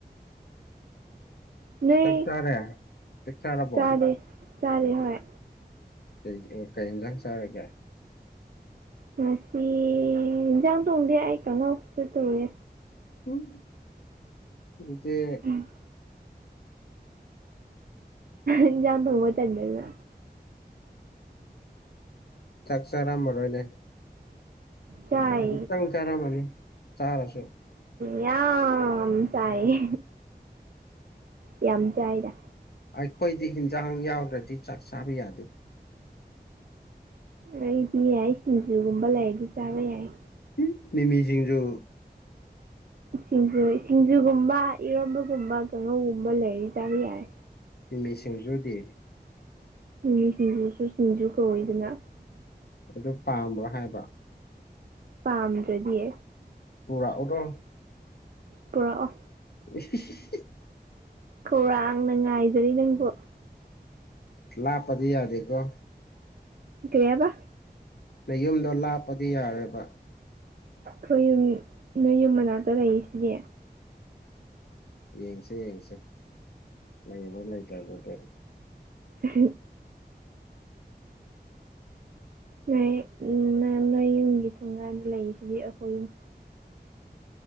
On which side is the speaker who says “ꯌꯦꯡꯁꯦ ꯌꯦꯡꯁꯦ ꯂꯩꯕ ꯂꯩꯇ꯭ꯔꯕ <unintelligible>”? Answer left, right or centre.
Left